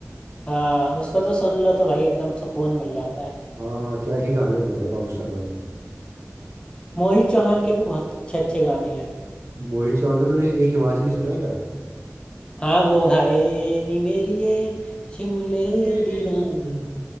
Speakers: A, on the left; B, on the right.
A: हाँ उसको तो सुन लो तो भाई एकदम सुकून मिल जाता है
B: हाँ हाँ क्या ही गाने हैं उनमें भाई रॉक स्टार वाले ने
A: मोहित चौहान के भी बहुत अच्छे अच्छे गाने हैं
B: मोहित चौहान का तूने एक हिमाचली सुना है क्या
A: हाँ वो हाय नी मेरी ये शिमले
B: सुनहरी
A: दी रानी
B: रात,